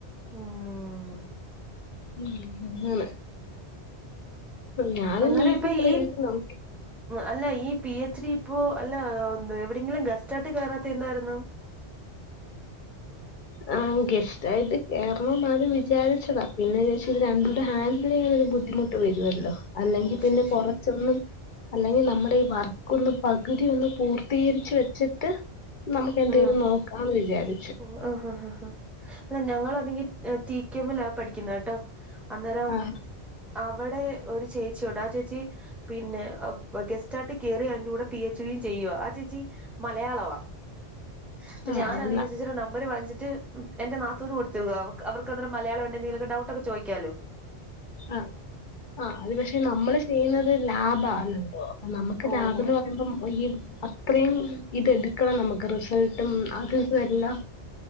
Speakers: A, in the centre; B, on the left (about 50°).
A: ഉം
B: മ്മ് അങ്ങനെ ഞാന്
A: അന്നേരം
B: നീറ്റി
A: ഇപ്പൊ
B: പറയ്
A: ഈ
B: നോക്കി
A: അല്ല ഈ പി എച്ച് ഡി ഇപ്പൊ അല്ല എവിടെങ്കിലും ഗസ്റ്റ് ആയിട്ട് കേറാത്ത എന്താരുന്നു
B: ആ ഗസ്റ്റ് ആയിട്ട് കേറണോന്നാദ്യം വിചാരിച്ചതാ പിന്നെ ഇത് രണ്ട് കൂടെ ഹാൻഡിൽ ചെയ്യാൻ ഒരു ബുദ്ധി ബുദ്ധിമുട്ട് വരുവല്ലൊ അല്ലെങ്കിൽ
A: ഓ
B: പിന്നെ
A: ശരി
B: കൊറച്ചൊന്നും
A: ശരി
B: അല്ലെങ്കിൽ നമ്മുടെ ഈ വർക്കൊന്ന് പകുതി ഒന്ന് പൂർത്തീകരിച്ച് വെച്ചിട്ട് നമുക്ക് എന്തേലും
A: ഉം
B: നോക്കാന്ന് വി ചാരിച്ചു
A: ഓ ആഹ് ഹ് ഹ് അല്ല ഞങ്ങൾ ആ ന്നെങ്കി ടീ. കെ. മ്മില പഠിക്കുന്നേ ട്ടൊ അന്നേരം
B: ആ
A: അവിടെ ഒരു ചേച്ചിയൊണ്ട് ആ ചേച്ചി പിന്നെ ഗെസ്റ്റ്ആട്ട് കേറി അതിന്റെ കൂടെ പി എച്ച് ഡി യും ചെയ്യുവ ആഹ് ചേച്ചി മലയാളവാ ഇപ്പ
B: ആ
A: ഞാൻ <unintelligible>
B: എന്നാ
A: നമ്പർ വാങ്ങിച്ചിട്ട് എന്റെ നാത്തൂന് കൊടുത്തിരുന്ന് അവക്ക് അവർക്ക് മലയാളം ഉണ്ടെനി ഡൗട്ട്ക്കെ ചോദിക്കാലോ
B: ആഹ് ആഹ് അത് പക്ഷെ നമ്മള് ചെയ്യുന്നത് ലാഭാ ആ നമുക്ക്
A: ഓഹോ
B: ലാഭന്ന്പ റയുമ്പം ഈ അത്രയും ഇത് എടുക്കണം നമുക്ക് റിസൾട്ടും അതും ഇതും എല്ലാം